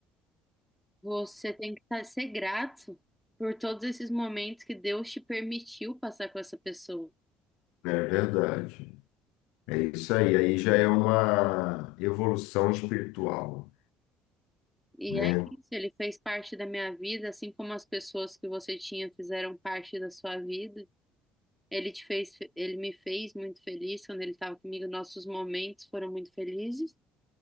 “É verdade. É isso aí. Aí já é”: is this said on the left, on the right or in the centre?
Left